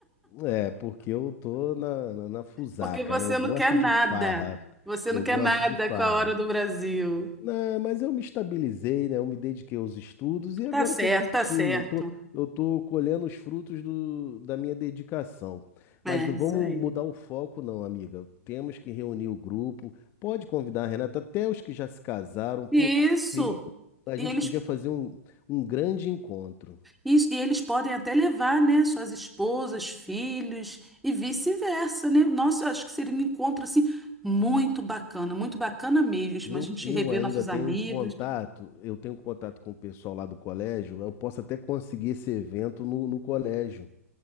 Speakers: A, on the left; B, in the centre.
A: É, porque eu tô na, na, na fusaca,
B: Porque você
A: né? Eu gosto
B: não quer nada.
A: de farra.
B: Você
A: Eu
B: não quer
A: gosto
B: nada
A: de farra.
B: com a hora do Brasil.
A: Não, mas eu me estabilizei, né? Eu me dediquei aos estudos e agora
B: Tá certo,
A: eu tô curtindo,
B: tá certo.
A: eu tô, eu tô colhendo os frutos do, da minha dedicação.
B: É,
A: Mas não
B: isso
A: vamos
B: aí.
A: mudar o foco, não, amiga. Temos que reunir o grupo. Pode convidar a Renata, até os que já se casaram. Pô,
B: Isso.
A: seria, a
B: E
A: gente
B: eles,
A: podia fazer um, um grande encontro.
B: isso- e eles podem até levar, né, suas esposas, filhos e vice-versa, né? Nossa, eu acho que seria um encontro assim muito bacana, muito bacana mesmo.
A: Eu,
B: A gente
A: eu
B: rever
A: ainda
B: nossos
A: tenho
B: amigos.
A: contato, eu tenho contato com o pessoal lá do colégio. Eu posso até conseguir esse evento no, no colégio.